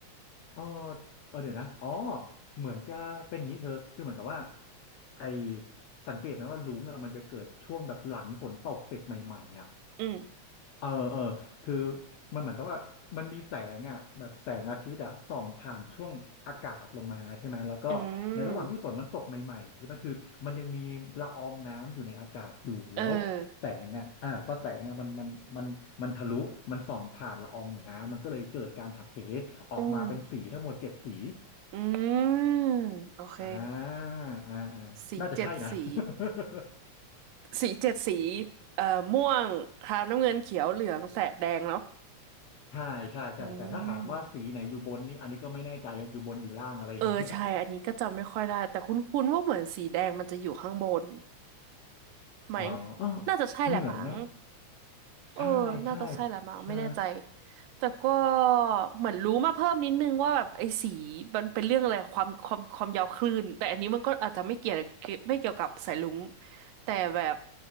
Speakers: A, on the left (about 75°); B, on the right (about 85°).
A: เออเออเดี๋ยวนะอ๋อเหมือนจะเป็นอย่างนี้เธอ คือเหมือนกับว่าไอสังเกตไหมว่าลุงอะมันจะเกิดช่วงแบบหลังฝนตกเสร็จใหม่ๆอ่ะ
B: อืม
A: เออเออคือมันเหมือนกับว่ามันมีแสงอ่ะแบบแสงอาทิตย์อ่ะส่องผ่านช่วงอากาศลงมาใช่ไหมแล้วก็ในระหว่างที่ฝนมันตกใหม่ๆใช่ไหมคือมันยังมีละอองน้ำอยู่ในอากาศอยู่แล้วแสงอ่ะอ่าพอแสงอ่ะมันมันมันมันทะลุมันส่องผ่านละอองน้ำมันก็เลยเกิดการหักเห
B: อืมเออ
A: ออกมาเป็นสีทั้งหมดเจ็ดสี
B: อืมอืมโอเค
A: อ่าอ่าอ่า
B: สีเจ็ดสี
A: น่าจะใช่นะ <laughs>
B: สีเจ็ดสีเอ่อม่วงครามน้ำเงินเขียวเหลืองแสดแดงเนาะ
A: ใช่ใช่ใช่แต่ถ้าถามว่าสีไหนอยู่บนนี่อันนี้ก็ไม่แน่ใจอยู่บนอยู่ล่างอะไรอย่างเงี้ย
B: อืม เออใช่ อันนี้ก็จำไม่ค่อยได้แต่คุ้นๆว่าเหมือนสีแดงมันจะอยู่ข้างบนไหม
A: อ๋ออ้อ
B: น่าจะใช่แหละมั้ง
A: เหมือนนะ
B: เออน่าจะใช่แหละมั้งไม่แน่ใจ
A: ใช่ใช่ใช่
B: แต่ก็เหมือนรู้มาเพิ่มนิดนึงว่าแบบไอ้สีมันเป็นเรื่องอะไรความความความยาวคลื่นแต่อันนี้มันก็อาจจะไม่เกี่ยวไม่เกี่ยวกับสายรุ้งแต่แบบ